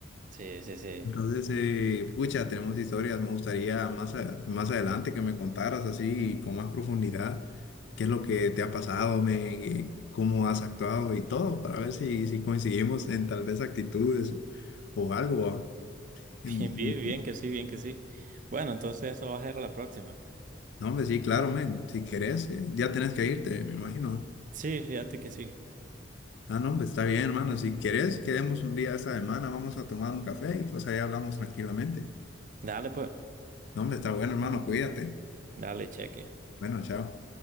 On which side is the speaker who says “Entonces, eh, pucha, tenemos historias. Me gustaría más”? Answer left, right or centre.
Left